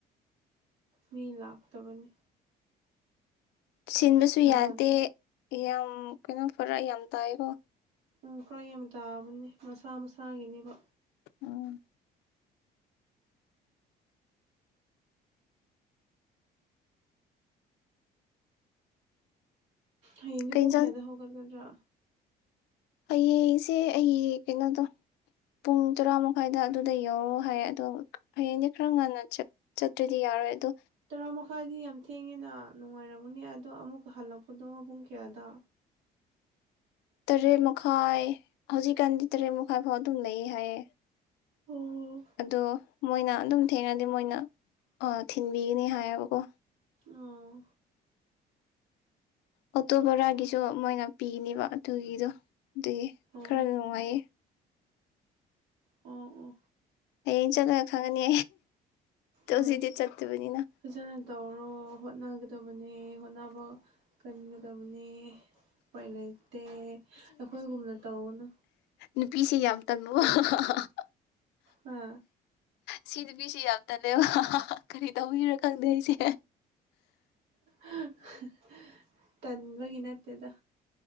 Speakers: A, on the right (about 85°); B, on the left (about 85°).
A: ꯃꯤ ꯂꯥꯛꯇꯕꯅꯦ
B: ꯁꯤꯟꯕꯁꯨ
A: ꯅꯍꯥꯟ
B: ꯌꯥꯗꯦ ꯌꯥꯝ ꯀꯩꯅꯣ ꯐꯔꯥꯛ ꯌꯥꯝ ꯇꯥꯏꯀꯣ
A: ꯎꯝ ꯈꯔ ꯌꯥꯝ ꯇꯥꯕꯅꯦ ꯃꯁꯥ ꯃꯁꯥꯒꯤꯅꯦꯕ
B: ꯎꯝ
A: ꯍꯌꯦꯡꯗꯤ
B: ꯀꯩ
A: ꯄꯨꯡ
B: ꯏꯟꯖꯥꯡ
A: ꯀꯌꯥꯗ ꯍꯧꯒꯠꯂꯗ꯭ꯔꯥ
B: ꯍꯌꯦꯡꯁꯦ ꯑꯩꯒꯤ ꯀꯩꯅꯣꯗꯣ ꯄꯨꯡ ꯇꯔꯥ ꯃꯈꯥꯏꯗ ꯑꯗꯨꯗ ꯌꯧꯔꯣ ꯍꯥꯏ ꯑꯗꯣ ꯍꯌꯦꯡꯗꯤ ꯈꯔ ꯉꯟꯅ ꯆꯠ ꯆꯠꯇ꯭ꯔꯗꯤ ꯌꯥꯔꯣꯏ ꯑꯗꯣ
A: ꯇꯔꯥ ꯃꯈꯥꯏꯗꯤ ꯌꯥꯝ ꯊꯦꯡꯉꯦꯅ ꯅꯨꯡꯉꯥꯏꯔꯝꯒꯅꯤ ꯑꯗꯣ ꯑꯃꯨꯛꯀ ꯍꯜꯂꯛꯄꯗꯣ ꯄꯨꯡ ꯀꯌꯥꯗ
B: ꯇꯔꯦꯠ ꯃꯈꯥꯏ ꯍꯧꯖꯤꯛꯀꯥꯟꯗꯤ ꯇꯔꯦꯠ ꯃꯈꯥꯏ ꯐꯥꯎ ꯑꯗꯨꯝ ꯂꯩꯌꯦ ꯍꯥꯏꯌꯦ
A: ꯑꯣ
B: ꯑꯗꯣ ꯃꯣꯏꯅ ꯑꯗꯨꯝ ꯊꯦꯡꯔꯗꯤ ꯃꯣꯏꯅ ꯑꯥ ꯊꯤꯟꯕꯤꯒꯅꯤ ꯍꯥꯏꯌꯦꯕꯀꯣ
A: ꯑꯥ
B: ꯑꯣꯇꯣ ꯕꯣꯔꯥꯒꯤꯁꯨ ꯃꯣꯏꯅ ꯄꯤꯅꯤꯕ ꯑꯗꯨꯒꯤꯗꯣ ꯗꯨꯒꯤ
A: ꯑꯣ
B: ꯈꯔ ꯅꯨꯡꯉꯥꯏꯌꯦ
A: ꯑꯣ ꯑꯣ
B: ꯍꯌꯦꯡ ꯆꯠꯂꯒ ꯈꯪꯉꯅꯤ ꯇꯣ
A: ꯍꯣꯏ
B: ꯖꯤꯠꯇꯤꯠ ꯆꯠꯇꯕꯅꯤꯅ
A: ꯐꯖꯅ ꯇꯧꯔꯣ ꯍꯣꯠꯅꯒꯗꯕꯅꯦ ꯍꯣꯠꯅꯕ ꯀꯟꯒꯗꯕꯅꯦ ꯄꯥꯏ ꯂꯩꯇꯦ ꯑꯈꯣꯏꯒꯨꯝꯅ ꯇꯧꯒꯅꯨ
B: ꯅꯨꯄꯤꯁꯦ ꯌꯥꯝ ꯇꯟꯕꯋꯣ <unintelligible>
A: ꯍꯥ
B: ꯁꯤ ꯅꯨꯄꯤꯁꯤ ꯌꯥꯝ ꯇꯜꯂꯦꯕ <unintelligible> ꯀꯔꯤ ꯇꯧꯕꯩꯔ ꯈꯪꯗꯦ ꯁꯦ
A: <unintelligible> ꯇꯟꯕꯒꯤ ꯅꯠꯇꯦꯗ